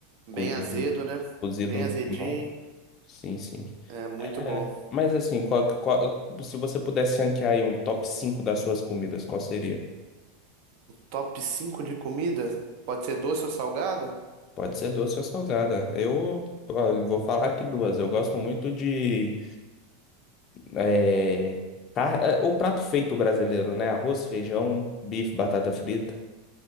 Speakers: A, on the right (about 55°); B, on the left (about 35°).
A: Bem
B: cozido,
A: azedo, né?
B: cozido
A: Bem
B: no
A: azedinho.
B: limão. Sim, sim.
A: É muito
B: É,
A: bom.
B: mas assim, qual- qual- se você pudesse ranquear aí um top 5 das suas comidas, qual seria?
A: Top 5 de comida? Pode ser doce ou salgada?
B: Pode ser doce ou salgada. Eu, olha, vou falar aqui duas. Eu gosto muito de É, car- é, o prato feito brasileiro, né? Arroz, feijão, bife, batata frita.